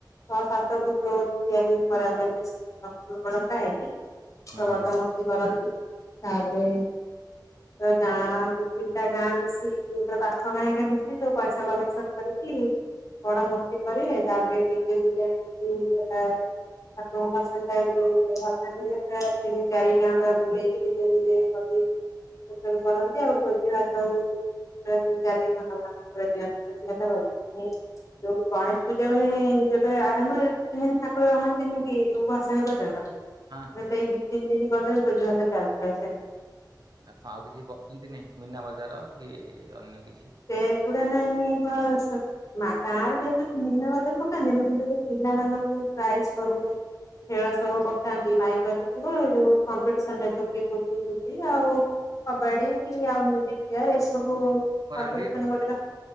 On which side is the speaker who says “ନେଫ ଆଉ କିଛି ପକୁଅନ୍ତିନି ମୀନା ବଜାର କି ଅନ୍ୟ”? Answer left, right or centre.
Right